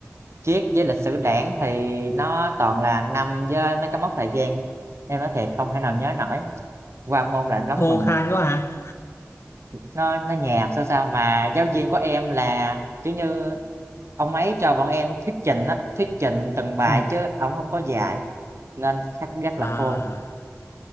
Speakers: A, on the right (about 60°); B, on the left (about 55°).
A: triết với lịch sử đảng thì nó toàn là năm với mấy cái mốc thời gian em nói thiệt không thể nào nhớ nổi qua môn là em lắm
B: khô
A: mừng
B: khan quá hả
A: nó nó nhàm sao sao mà giáo viên của em là kiểu như ông ấy cho bọn em thuyết trình á thuyết trình từng bài
B: ừ
A: chứ ông không có dạy nên sách rất
B: à
A: là khô